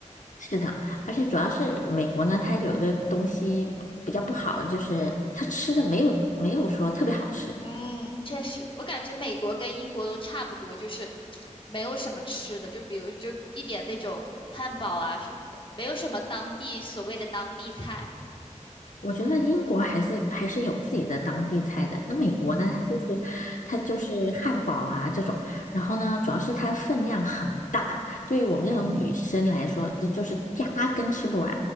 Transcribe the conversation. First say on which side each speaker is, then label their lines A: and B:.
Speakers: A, on the left; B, on the left.
A: 是的，而且主要是美国呢，它有一个东西嗯比较不好的，就是它吃的没有没有说特别好吃。
B: 嗯，确实，我感觉美国跟英国都差不多，就是没有什么吃的，就比如就一点那种汉堡啊什么的，没有什么当地所谓的当地菜。
A: 我觉得英国还是还是有自己的当地菜的。那美国呢，它就是它就是汉堡啊这种，然后呢，主要是它分量很大，对于我们这种女生来说，这就是压根吃不完。